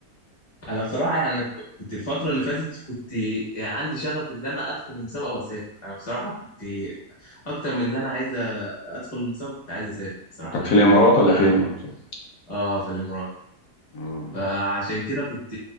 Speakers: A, on the left (about 25°); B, on the left (about 60°).
A: انا بصراحه يعني ك- كنت الفتره اللي فاتت دي كنت يعني عندي شغف ان انا ادخل المسابقه واسافر انا بصراحه كنت اكتر من اللي انا عايز ادخل المسابقه كنت عايز اسافر بصراحه
B: كانت
A: الامارات
B: في الامارات ولا
A: ف...
B: فين المسابقة؟
A: <laughs> اه في الامارات
B: مم.
A: فعشان كده كنت